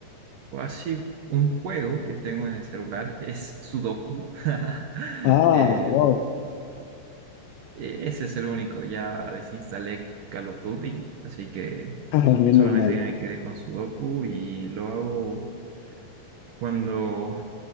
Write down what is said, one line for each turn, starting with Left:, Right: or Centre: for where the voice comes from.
Right: O así, un juego que tengo en el celular es Sudoku. <laughs>
Left: Ah,
Right: Eh,
Left: wow.
Right: Eh, Ese es el único. Ya desinstalé Call of Duty, así que
Left: <laughs> Menos
Right: solamente
Left: mal.
Right: me quedé con Sudoku y lo hago cuando